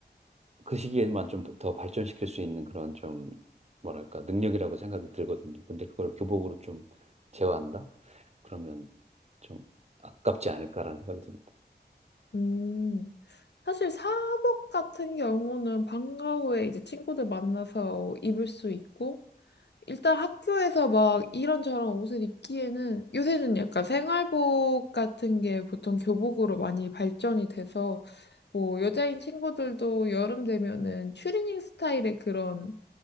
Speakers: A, on the right (about 40°); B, on the left (about 75°).
A: 그 시기에만 좀 더 발전시킬 수 있는 그런 좀, 뭐랄까, 능력이라고 생각이 들거든요. 근데 그걸 교복으로 좀 제어한다? 그러면 좀 아깝지 않을까라는 생각이 듭니다.
B: 음, 사실 사복 같은 경우는 방과 후에 이제 친구들 만나서 입을 수 있고, 일단 학교에서 막 이런저런 옷을 입기에는 요새는 약간 생활복 같은 게 보통 교복으로 많이 발전이 돼서 뭐 여자인 친구들도 여름 되면은 추리닝 스타일의 그런